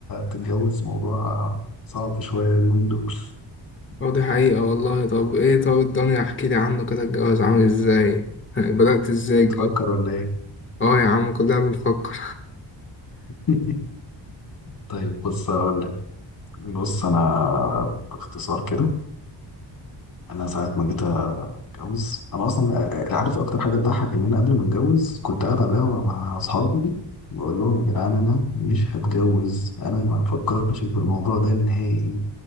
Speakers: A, on the left; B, on the left.
A: تتجوز موضوع صعب شوية اليومين دول
B: اه دي حقيقة والله طب ايه طب الدنيا احكي لي عنه كده الجواز عامل ازاي؟ <laughs> بدأت ازاي
A: بتفكر
B: الجواز؟
A: ولا ايه؟
B: اه يا عم كلنا بنفكر
A: <laughs> طيب بص اقول لك بص انا باختصار كده انا ساعة ما جيت اتجوز انا اصلا عارف اكتر حاجه تضحك ان انا قبل ما اتجوز كنت قاعد على القهوه مع اصحابي بقول لهم يا جدعان انا مش هتجوز انا ما بفكرش في الموضوع ده نهائي